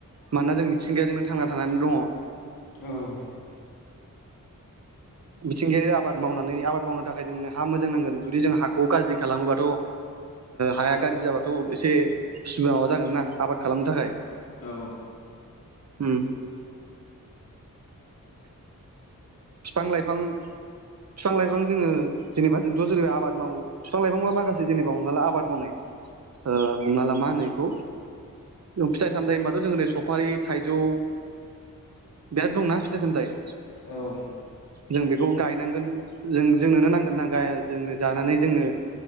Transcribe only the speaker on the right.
मानोना जों मिथिंगाया जोंनो थांना थानानै दंङ।
मिथिंगायारि आबाद मावनानै आबाद मावनो थाखाय जोंनो हा मोजां नांगोन जुदि जों हा खौ गाज्रि खालामोबाथ' ओ हाया गाज्रि जाबाथ' एसे उसुबिदा माबा जागोन ना आबाद खालामनो थाखाय।
होम फिफां लाइफां फिफां लाइफां जोंङो जेनेबा जोंथ' जेरैब आबाद मावो फिफां लाइफां माखासे जेनेबा हमना ला आबाद मावनाय ओ हमनाला मा होनो बेखौ फि सानदै होनबाथ' सफारि थाइजौ बिराद दंना। सिथाइ सामथाइ
जों बेखौ गायनांगोन जों जोंनोनो नांगोनना जोंनो जानानै जोंनो